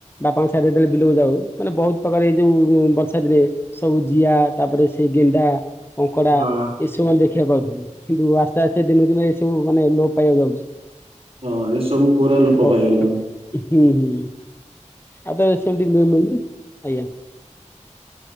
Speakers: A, on the left (about 20°); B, on the right (about 50°).
A: ବାପାଙ୍କ ସାରେ ଯେତେବେଳେ ବିଲକୁ ଯାଉ ମାନେ ବହୁତ ପ୍ରକାର ଏଇ ଯୋଉ ଚାଡ଼ିଦେ ସବୁ ଜିଆ ତାପରେ ସେ ଗେଣ୍ଡା। କଙ୍କଡା
B: ହଁ
A: ଏସବୁ ଆମେ ଦେଖିବାକୁ ପାଉଥିଲେ କିନ୍ତୁ ଆସ୍ତେ ଆସ୍ତେ ଦିନକୁ ଦିନ ଏ ସବୁ ମାନେ ଲୋପ ପାଇବାକୁ ଯାଉଛି।
B: ହଁ ଏସବୁ ପୁରା ଲୋପ
A: ଓ
B: ପାଇଗଲାଣି।
A: ହୁଁ ହୁଁ, ଆଉ ତ ସେମିତି ମି-ମିଳୁନି ଆଜ୍ଞା।